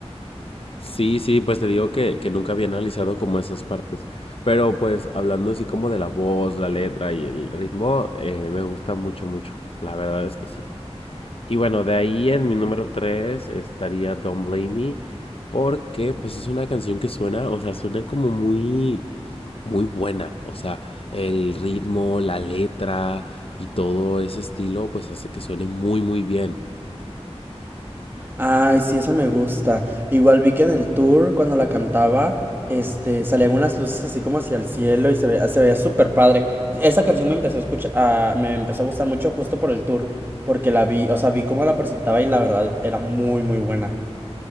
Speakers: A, on the left; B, on the right.
A: Sí, sí, pues te digo que, que nunca había analizado como esas partes, pero pues hablando así como de la voz, la letra y el ritmo, eh, me gusta mucho, mucho, la verdad es que sí. Y bueno, de ahí en mi número 3 estaría Don't Blame Me, porque pues es una canción que suena, o sea, suena como muy, muy buena, o sea, el ritmo, la letra y todo ese estilo, pues hace que suene muy, muy bien.
B: Ay, sí, esa me gusta. Igual vi que en el tour, cuando la cantaba, este, salían unas luces así como hacia el cielo y se veía, se veía súper padre. Esa canción me empezó a escuchar, a- me empezó a gustar mucho justo por el tour, porque la vi, o sea, vi cómo la presentaba y la verdad era muy, muy buena.